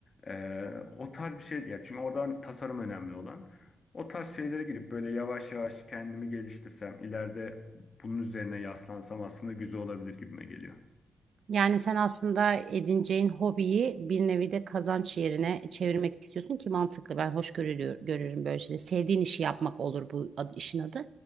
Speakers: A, on the left; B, on the right.
A: E, o tarz bir şeydi ya. Çünkü oradan tasarım önemli olan. O tarz şeylere girip böyle yavaş yavaş kendimi geliştirsem, ileride bunun üzerine yaslansam aslında güzel olabilir gibime geliyor.
B: Yani sen aslında edineceğin hobiyi bir nevi de kazanç yerine çevirmek istiyorsun ki mantıklı. Ben hoş görülüyor, görürüm böyle şeyleri. Sevdiğin işi yapmak olur bu ad- işin adı.